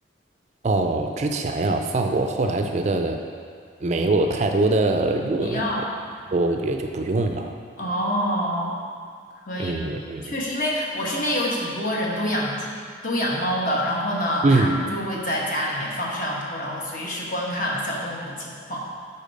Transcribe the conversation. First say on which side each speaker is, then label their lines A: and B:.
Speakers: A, on the right (about 40°); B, on the left (about 45°).
A: 哦，之前呀放过，后来觉得没有太多的用了，
B: 必要。
A: 就也就不用了。
B: 哦，可以，
A: 嗯嗯
B: 可以，确实，因为我身边有挺多人都养都养猫的，然后呢，
A: 嗯，
B: 他们就会在家里面放摄像头，然后随时观看小动物的情况。